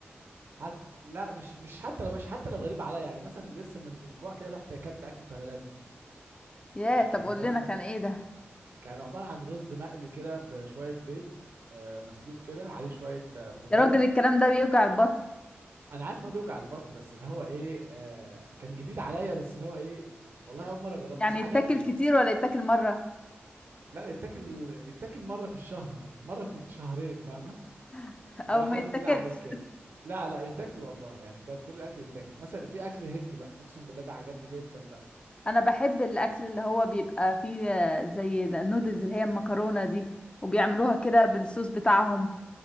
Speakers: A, on the right; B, on the left.
A: حتى لا مش مش حتى لو مش حتى لو غريب عليا يعني مثلا لسه من اسبوع كده رحت اكلت اكل تايلاندي
B: ياه
A: يعني
B: طب قول
A: فاهم
B: لنا كان ايه ده
A: كان عبارة عن رز مقلي كده بشوية بيض آه، مسلوق كده عليه شوية آه، خضار
B: يا راجل الكلام ده بيوجع البطن
A: أنا عارف إن هو بيوجع البطن بس اللي هو إيه آه، كان جديد عليا بس اللي هو إيه والله أول مرة أجرب
B: يعني
A: بس عجبني
B: يتاكل كتير ولا يتاكل مرة
A: لا يتاكل يتاكل مرة في الشهر مثلا مرة في الشهرين فاهمة
B: <laughs>
A: اللي
B: او
A: هو
B: ما
A: حاجة
B: يتاكلش
A: جديدة عليك كده لا لا يتاكل والله يعني بجد كل الأكل يتاكل مثلا في أكل هندي بقى أقسم بالله ده عجبني جدا بقى
B: انا بحب الاكل اللي هو بيبقى فيه آه، زي النودلز اللي هي المكرونة دي وبيعملوها كده بالصوص بتاعهم